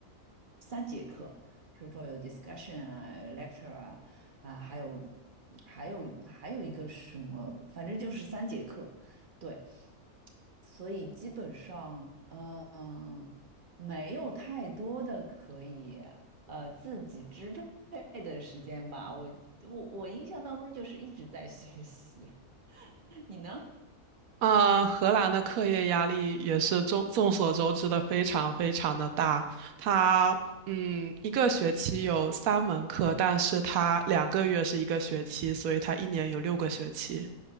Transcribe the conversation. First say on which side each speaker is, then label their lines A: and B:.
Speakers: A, on the right; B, on the right.
A: 三节课，比如说有 discussion 啊、有 lecture 啊，啊，还有还有还有一个什么，反正就是三节课，对，所以基本上，嗯、呃没有太多的可以呃自己支配的时间吧。我我我印象当中就是一直在学习，<laughs> 你呢？
B: 啊、荷兰的课业压力也是众众所周知的，非常非常的大。它嗯，一个学期有三门课，但是它两个月是一个学期，所以它一年有六个学期。